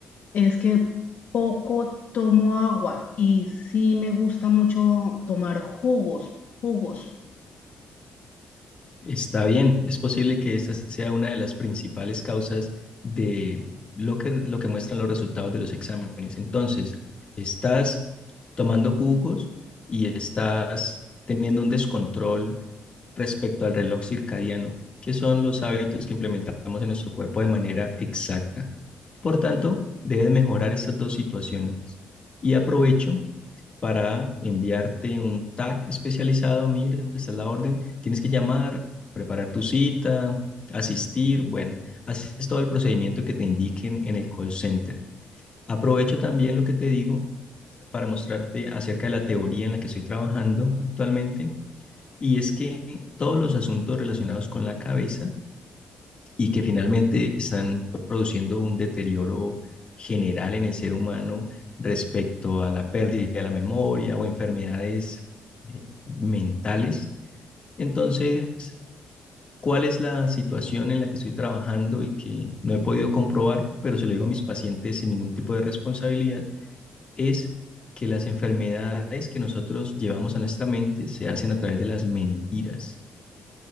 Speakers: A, on the left; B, on the left.
A: es que poco tomo agua y sí me gusta mucho tomar jugos, jugos.
B: Está bien, es posible que esta sea una de las principales causas de lo que, lo que muestran los resultados de los exámenes. Entonces, estás tomando jugos y estás teniendo un descontrol respecto al reloj circadiano, que son los hábitos que implementamos en nuestro cuerpo de manera exacta. Por tanto, debes mejorar estas dos situaciones. Y aprovecho para enviarte un tag especializado, mira, esta es la orden, tienes que llamar, preparar tu cita, asistir, bueno, haces todo el procedimiento que te indiquen en el call center. Aprovecho también lo que te digo para mostrarte acerca de la teoría en la que estoy trabajando actualmente, y es que todos los asuntos relacionados con la cabeza y que finalmente están produciendo un deterioro general en el ser humano respecto a la pérdida de la memoria o enfermedades eh, mentales. Entonces, ¿cuál es la situación en la que estoy trabajando y que no he podido comprobar, pero se lo digo a mis pacientes sin ningún tipo de responsabilidad? Es que las enfermedades que nosotros llevamos a nuestra mente se hacen a través de las mentiras,